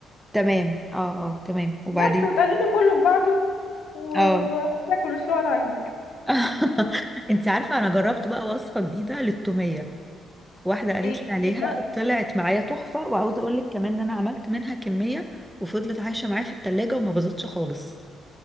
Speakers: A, in the centre; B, on the left (about 80°).
A: تمام اه اه تمام وبعدين
B: بس وتقلبي كله في بعضه واحلى
A: اه
B: كولسلو على عيونك
A: <laughs> انت عارفة انا جربت بقى وصفة جديدة للتومية واحدة قالت
B: ايه
A: لي عليها
B: إيه بقى
A: طلعت معايا تحفة وعاوزة اقول لك كمان ان انا عملت منها كمية وفضلت عايشة معايا في التلاجة وما باظتش خالص